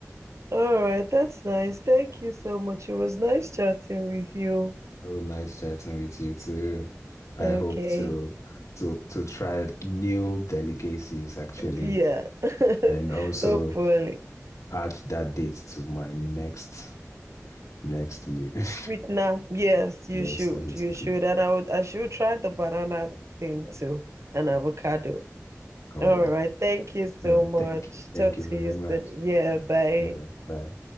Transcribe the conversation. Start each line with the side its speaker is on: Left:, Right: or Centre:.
Right: All right, that's nice. Thank you so much. It was nice chatting with you.
Left: Oh, nice chatting with you too. I
Right: Okay.
Left: hope to to to try new delicacies actually
Right: Yeah. <laughs>
Left: and also
Right: Hopefully.
Left: add that date to my next next meal. <laughs>
Right: Sweetener. Yes, you
Left: yes,
Right: should.
Left: as a
Right: You
Left: signal.
Right: should. And I would I should try the banana thing too. And avocado.
Left: All
Right: All
Left: right.
Right: right. Thank you so
Left: All right.
Right: much.
Left: Thank you.
Right: Talk
Left: Thank you very
Right: to you
Left: much.
Right: soon. Yeah, bye.
Left: Bye. Bye.